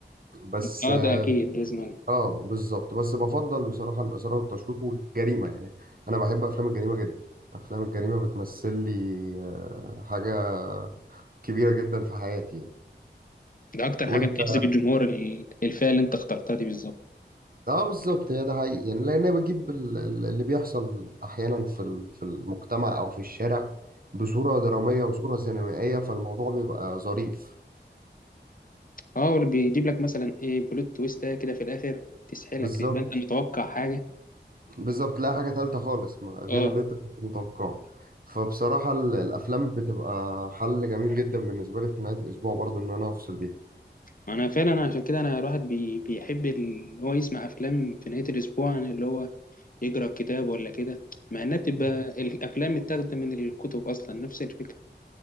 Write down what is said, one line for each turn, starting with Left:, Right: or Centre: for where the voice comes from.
Right: بس
Left: اه
Right: اه
Left: ده اكيد لازم
Right: آه، بالظبط بس بفضل بصراحه الاثاره والتشويق والجريمه يعني انا بحب افلام الجريمه جدا افلام الجريمه بتمثل لي آه، حاجه كبيره جدا في حياتي يعني
Left: ده اكتر حاجه
Right: وانت
Left: بتجذب الجمهور ال- الفئه اللي انت اخترتها دي بالظبط
Right: اه بالظبط هي ده حقيقي يعني لان انا بجيب ال- ال- اللي بيحصل احيانا في ال- في المجتمع او في الشارع بصوره دراميه وصوره سينمائيه فالموضوع بيبقى ظريف
Left: اه واللي بيجيب لك مثلا ايه بلوت تويست ده كده في الاخر تسحلك
Right: بالظبط
Left: تبقى انت متوقع حاجه
Right: بالظبط لا حاجة تالتة خالص ما غير
Left: اه
Right: اللي انت كنت متوقعه فبصراحة ال- الأفلام بتبقى حل جميل جدا بالنسبة لي في نهاية الأسبوع برضو إن أنا أفصل بيها
Left: انا فعلا عشان كده انا الواحد بي بيحب اللي هو يسمع افلام في نهايه الاسبوع عن اللي هو يقرا كتاب ولا كده مع انها بتبقى
Right: مم.
Left: الافلام متاخده من الكتب اصلا نفس الفكره